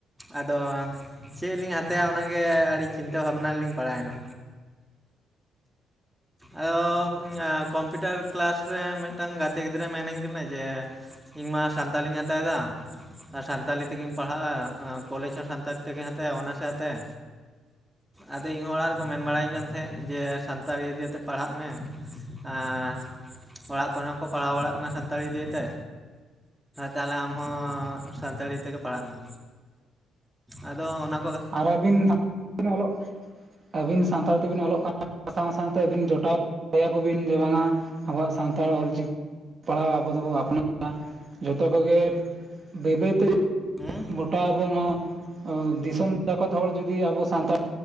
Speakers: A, in the centre; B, on the right.
A: ᱟᱫᱚ ᱪᱮᱫ ᱞᱤᱧ ᱦᱟᱛᱟᱭᱟ ᱚᱱᱟᱜᱮ ᱟᱹᱰᱤ ᱪᱤᱱᱛᱟᱹ ᱵᱷᱟᱵᱽᱱᱟ ᱨᱮᱞᱤᱧ ᱯᱟᱲᱟᱭᱮᱱᱟ᱾ ᱟᱫᱚ ᱠᱚᱢᱯᱤᱭᱩᱴᱟᱨ ᱠᱞᱟᱥ ᱨᱮ ᱢᱤᱫᱴᱟᱱ ᱜᱟᱛᱮ ᱜᱤᱫᱽᱨᱟᱹ ᱢᱮᱱᱟᱹᱧ ᱠᱟᱱᱟᱭ ᱡᱮᱼᱼ ᱤᱧ ᱢᱟ ᱥᱟᱱᱛᱟᱞᱤᱧ ᱦᱟᱛᱟᱭᱮᱫᱟ᱾ ᱟᱨ ᱥᱟᱱᱛᱟᱲᱤ ᱛᱮᱜᱮᱢ ᱯᱟᱲᱦᱟᱜᱼᱟ ᱠᱚᱞᱮᱡᱽ ᱦᱚᱸ ᱥᱟᱱᱛᱟᱲᱤ ᱛᱮᱜᱮᱧ ᱦᱟᱛᱟᱭᱟ ᱚᱱᱟᱥᱮ ᱦᱟᱛᱟᱭᱟ᱾ ᱟᱫᱚ ᱤᱧ ᱦᱚᱸ ᱚᱲᱟᱜ ᱨᱮᱠᱚ ᱢᱮᱱ ᱵᱟᱲᱟᱭᱤᱧ ᱠᱟᱱ ᱛᱟᱦᱮᱸᱫ ᱡᱮ ᱥᱟᱱᱛᱟᱲᱤ ᱤᱫᱤᱭᱟᱛᱮᱼᱼ ᱯᱟᱲᱦᱟᱜ ᱢᱮ ᱟᱨᱼᱼ ᱚᱲᱟᱜ ᱠᱚᱨᱮ ᱦᱚᱸᱠᱚ ᱯᱟᱲᱦᱟᱣ ᱵᱟᱲᱟᱜ ᱠᱟᱱᱟ ᱥᱟᱱᱛᱟᱲᱤ ᱤᱫᱤ ᱠᱟᱛᱮ᱾ ᱛᱟᱦᱞᱮ ᱟᱢ ᱦᱚᱸ ᱥᱟᱱᱛᱟᱲᱤ ᱛᱮᱜᱮ ᱯᱟᱲᱟᱜ ᱢᱮ, ᱟᱫᱚ ᱚᱱᱟᱼᱼ
B: ᱟᱨ ᱟᱹᱵᱤᱱ <unintelligible> ᱚᱞᱚᱜᱼᱼ ᱟᱹᱵᱤᱱ ᱥᱟᱱᱛᱟᱲ ᱛᱮᱵᱤᱱ ᱚᱞᱚᱜ ᱠᱟᱱᱟ ᱥᱟᱶ ᱥᱟᱶᱛᱮ ᱟᱹᱵᱤᱱ ᱡᱚᱴᱟᱣ ᱠᱚᱭᱟ ᱠᱚᱵᱤᱱ ᱡᱮ ᱵᱟᱝᱟᱼᱼ ᱟᱵᱚᱣᱟᱜ ᱥᱟᱱᱛᱟᱲ ᱚᱞᱪᱤᱠᱤ ᱯᱟᱲᱦᱟᱣ ᱟᱵᱚ ᱫᱚᱵᱚ ᱟᱯᱱᱟᱨᱟ ᱡᱷᱚᱛᱚ ᱠᱚᱜᱮ᱾ ᱵᱟᱹᱭ ᱵᱟᱹᱭ ᱛᱮᱼᱼ
A: <unintelligible>
B: ᱜᱚᱴᱟ ᱟᱵᱚ ᱱᱚᱣᱟ ᱫᱤᱥᱚᱢ ᱡᱟᱠᱚᱛ ᱦᱚᱲ ᱡᱩᱫᱤ ᱟᱵᱚ ᱥᱟᱱᱛᱟᱲᱼᱼ